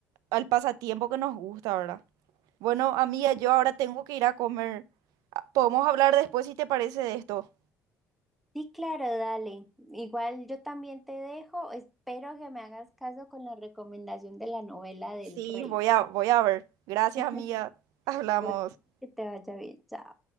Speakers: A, on the right (about 85°); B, in the centre.
A: al pasatiempo que nos gusta, ¿verdad? Bueno, amiga, yo ahora tengo que ir a comer. Ah, Podemos hablar después si te parece de esto.
B: Sí, claro, dale. Igual yo también te dejo. Espero que me hagas caso con la recomendación de la novela del
A: Sí,
B: rey.
A: voy a, voy a ver. Gracias,
B: <laughs>
A: amiga. Hablamos.
B: Bueno, que te vaya bien. Chao.